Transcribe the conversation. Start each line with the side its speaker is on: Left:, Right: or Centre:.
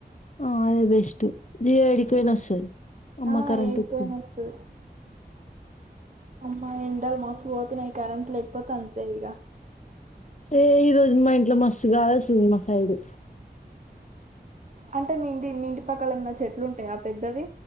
Left: ఆ అదే బెస్ట్ జియో ఏడికిపోయిన వస్తేది అమ్మా
Right: ఆ
Left: కరెంట్
Right: ఏడిపోయిన
Left: వచ్చ
Right: వస్తది మా ఎండాలు మస్తుపోతున్నాయి. కరెంట్ట్లెక్ తప్పతంతే ఇగా
Left: ఏ ఈ రోజు మా ఇంట్లో మస్తు గాలుస్తుంది. మా సైడు
Right: అంటే మీంటి మీంటి పక్కల ఏమన్నా చెట్లు ఉంటాయా పెద్దవి